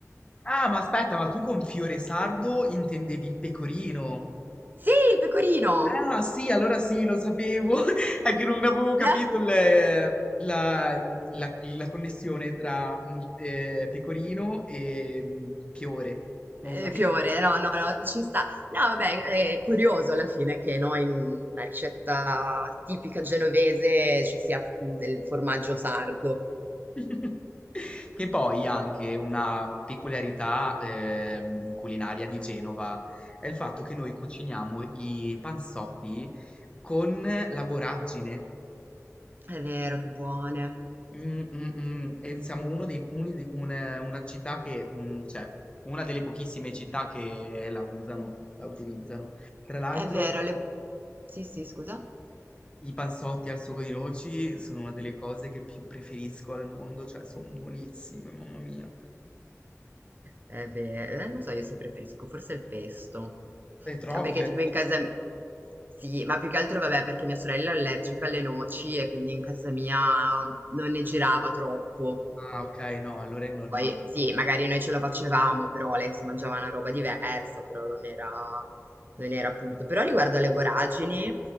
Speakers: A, on the left; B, on the right.
A: Ah, ma aspetta, ma tu con fiore sardo intendevi il pecorino?
B: Sì, il pecorino!
A: Ah sì, allora sì, lo sapevo, <laughs> è che non avevo capito
B: <laughs>
A: il- la, la- la connessione tra mh, eh, pecorino e mh, fiore, non
B: Ehm,
A: lo sapevo.
B: fiore, no, no, no, ci sta. No, vabbè, è curioso alla fine che, no, in una ricetta tipica genovese ci sia, mhmm, del formaggio sardo.
A: <laughs> Che poi anche una peculiarità ehm, culinaria di Genova è il fatto che noi cuciniamo i pansotti con la borragine.
B: È vero, che buone.
A: Mh, mh, mh, e siamo uno dei uni di un una città che, mhmm, cioè una delle pochissime città che la usano, la utilizzano. Tra l'altro
B: È vero, le sì, sì, scusa?
A: i panzotti al sugo di noci sono una delle cose che più preferisco al mondo, cioè son buonissime, mamma mia.
B: È ve eh, non so io se preferisco, forse il pesto.
A: Petrofia
B: Ah, perché tipo
A: questo?
B: in casa m sì, ma più che altro vabbè perché mia sorella è allergica alle noci e quindi in casa mia non ne girava troppo.
A: Ah okay, no, allora è normale.
B: Poi sì, magari noi ce lo facevamo, però lei si mangiava una roba diversa, però non era, non era appunto. Però riguardo alle boragini,